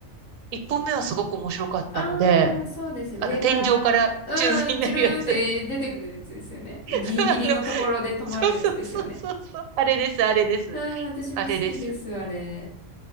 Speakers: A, on the right; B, on the left.
A: 一本目はすごく面白かったので、
B: ああ、そうです。上から、
A: あの、天井から宙吊りになるやつ。
B: うん、チュルーンって出てくるやつですよね。
A: <laughs>
B: ギリギリのところで止まるやつですよね。
A: あの、そうそうそうそうそう。あれです、あれです。
B: うん、私も好きです、
A: あれです。
B: あれ。